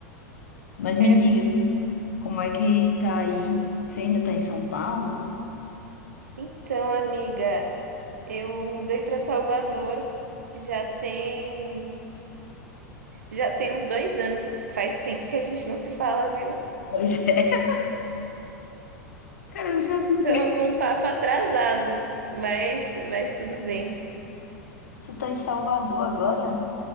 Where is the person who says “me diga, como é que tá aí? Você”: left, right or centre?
Left